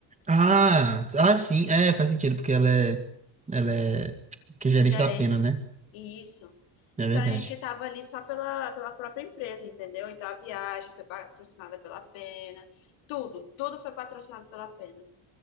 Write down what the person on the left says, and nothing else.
gerente.
Isso. Então
a gente estava ali só pela, pela própria empresa, entendeu? Então a viagem foi patrocinada pela Pena, tudo, tudo foi patrocinado pela Pena.